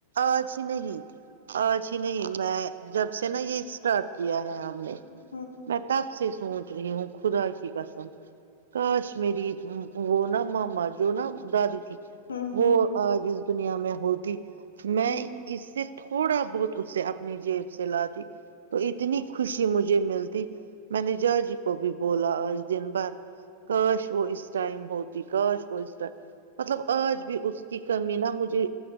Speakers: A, on the right; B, on the left.
A: آج ہی نہیں آج ہی نہیں میں جب سے نا یہ اسٹارٹ کیا ہے ہم
B: ہوں
A: میں تپ سے سوچ رہی ہوں خدا ھیکس کاش مری وہ نا ماما جو نہا داد ت
B: ہوں
A: وہ جس دنیا میں ہوتی میں
B: ہ
A: اس سے تھوڑا بہت اسے اپنی جیب سے لاتی تو اتنی خوشی مجھے ملتی میں نے جاجی کو بھی بولا آج دن بھر کاش وہ اس ٹائم ہو کاش پو مطلب آج بھی اس کی کمی نہا مجھے